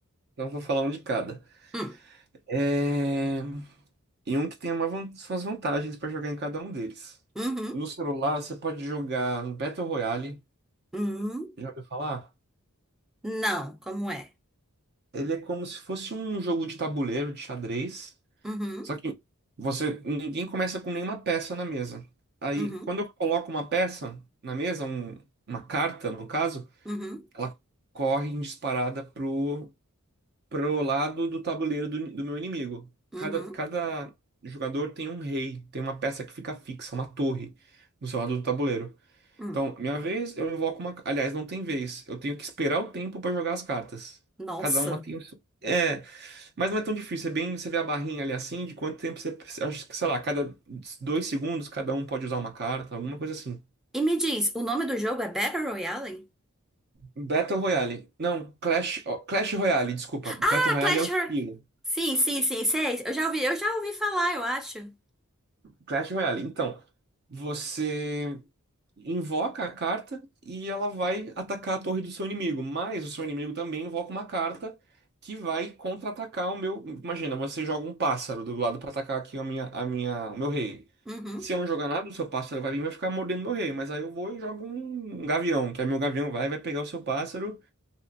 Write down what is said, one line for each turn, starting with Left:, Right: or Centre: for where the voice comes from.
Right: Então vou falar um de cada.
Centre: Hum,
Right: É... E um que tem uma van- suas vantagens para jogar em cada um deles.
Centre: uhum,
Right: No celular você pode jogar no Battle Royale.
Centre: uhum,
Right: Já ouviu falar?
Centre: não, como é?
Right: Ele é como se fosse um jogo de tabuleiro, de xadrez.
Centre: Uhum,
Right: Só que você ninguém começa com nenhuma peça na mesa. Aí
Centre: uhum,
Right: quando eu coloco uma peça na mesa, um- uma carta no caso,
Centre: uhum,
Right: ela corre em disparada pro pro lado do tabuleiro do, do meu inimigo.
Centre: uhum,
Right: Cada, cada jogador tem um rei, tem uma peça que fica fixa, uma torre, do seu lado do tabuleiro.
Centre: hum.
Right: Então, minha vez, eu invoco uma. Aliás, não tem vez. Eu tenho que esperar o tempo para jogar as cartas.
Centre: Nossa.
Right: Cada uma tem o seu. É, mas não é tão difícil. É bem. Você vê a barrinha ali assim, de quanto tempo você. precisa- Acho que, sei lá, cada dois segundos cada um pode usar uma carta, alguma coisa assim.
Centre: E me diz, o nome do jogo é Battle Royale?
Right: Battle Royale. Não, Clash. ó, Clash Royale, desculpa.
Centre: Ah,
Right: Battle Royale
Centre: Clash
Right: é o estilo.
Centre: Royale. Sim, sim, sim, sei. Eu já ouvi, eu já ouvi falar, eu acho.
Right: Clash Royale. Então, você invoca a carta e ela vai atacar a torre do seu inimigo, mas o seu inimigo também invoca uma carta que vai contra-atacar o meu. Imagina, você joga um pássaro do lado para atacar aqui a minha, a minha, o meu rei.
Centre: Uhum.
Right: Se eu não jogar nada, o seu pássaro vai vir e vai ficar mordendo meu rei, mas aí eu vou e jogo um um gavião, que aí meu gavião vai vai pegar o seu pássaro.